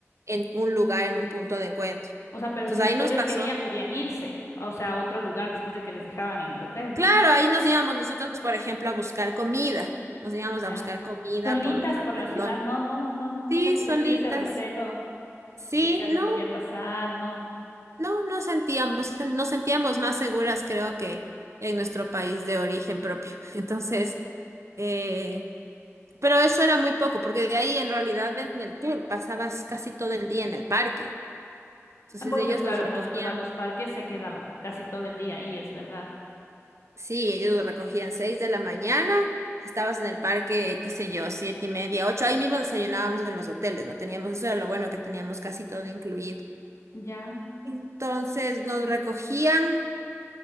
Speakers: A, on the right; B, on the left.
A: en un lugar, en un punto de encuentro.
B: O sea, pero
A: Entonces
B: si ustedes
A: ahí nos pasó.
B: querían, podían irse, o sea, a otro lugar después de que les dejaban en el hotel.
A: Claro, ahí nos íbamos nosotros, por ejemplo, a buscar comida. Nos íbamos a
B: Ya.
A: buscar comida
B: Solitas
A: por nuestro
B: por
A: alrededor.
B: la ciudad, no, no, no, nunca
A: Sí,
B: te
A: solitas.
B: dio así ese recelo
A: Sí,
B: de que algo
A: no,
B: podía pasar, no.
A: no, no sentíamos, nos sentíamos más seguras, creo que en nuestro país de origen propio. <laughs> Entonces, eh, pero eso era muy poco, porque de ahí en realidad en el tour pasabas casi todo el día en el parque. Entonces
B: Bueno,
A: ellos
B: claro,
A: nos recogían
B: cuando uno va a los parques se queda casi todo el día ahí, es verdad.
A: Sí, ellos recogían seis de la mañana, estabas en el parque, qué sé yo, siete y media, ocho, ahí mismo desayunábamos en los hoteles, no teníamos, eso era lo bueno que teníamos casi todo incluido.
B: Ya,
A: Entonces nos recogían,